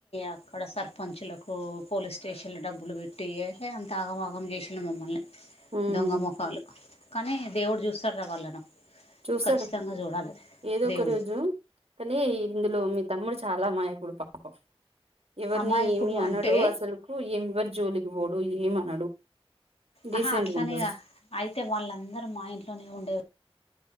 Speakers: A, on the left (about 80°); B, on the right (about 75°).
A: అక్కడ సర్పంచులకూ పోలీస్టేషన్ డబ్బులు బెట్టి ఎహే అన్ తాగమాగం జేషిండు మమ్మల్ని
B: ఉమ్.
A: దొంగ మొఖాలు కానీ దేవుడ్ జూస్తాడ్ర వాళ్ళను
B: చూస్తాడు
A: ఖచ్చితంగా చూడాలి
B: ఏదో ఒకరోజు
A: దేవుడు
B: కనీ ఇందులొ మి తమ్ముడు చాలా అమాయకుడు పాపం ఎవర్ని
A: అమాయకుడు
B: ఏమీ అనడు
A: అంటే
B: అసల్కు ఏవ్వర్ జోలికి పోడు ఏమనడు డీసెంట్గా
A: అహా అట్లని
B: ఉంటాడు
A: గా ఐతే వాళ్ళందర్ మా ఇంట్లోనే ఉండె